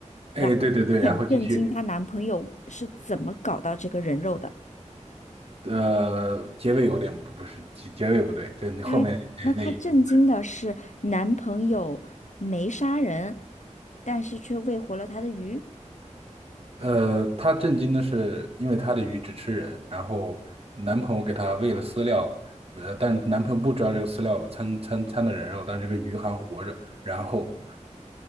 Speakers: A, on the left; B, on the right.
A: 然后很震惊，
B: 哎，对对对，然后继续。
A: 她男朋友是怎么搞到这个人肉的？
B: 呃，结尾有点不不是结结尾不对，对你后面那那一句不对。
A: 她那她震惊的是男朋友没杀人，但是却喂活了她的鱼。
B: 呃，她震惊的是，因为她的鱼只吃人，然后男朋友给她喂了饲料，呃，但男朋友不知道这个饲料掺掺掺的人肉，但这个鱼还活着。然后